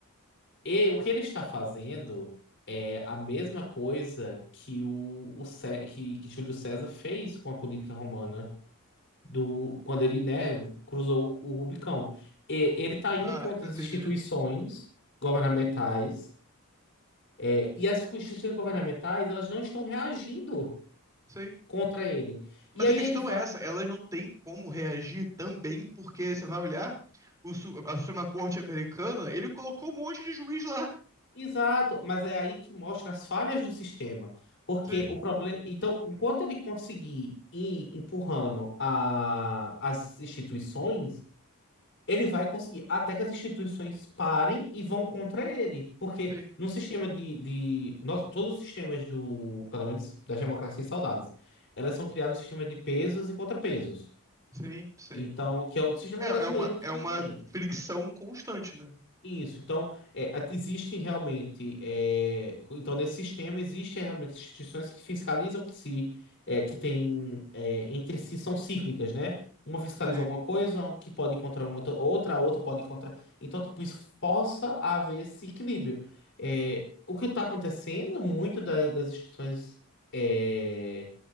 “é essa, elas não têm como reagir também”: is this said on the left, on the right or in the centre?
Right